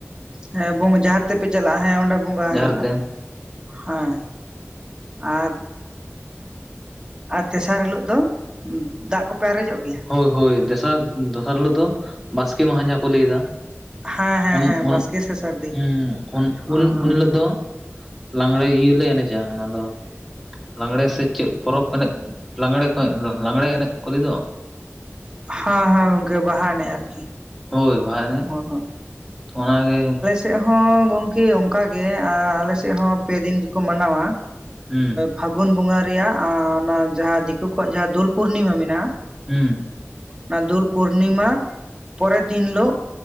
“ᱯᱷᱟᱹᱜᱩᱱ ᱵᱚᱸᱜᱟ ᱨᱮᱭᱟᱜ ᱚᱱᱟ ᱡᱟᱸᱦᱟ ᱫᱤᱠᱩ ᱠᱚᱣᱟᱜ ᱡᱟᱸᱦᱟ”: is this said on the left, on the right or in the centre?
Right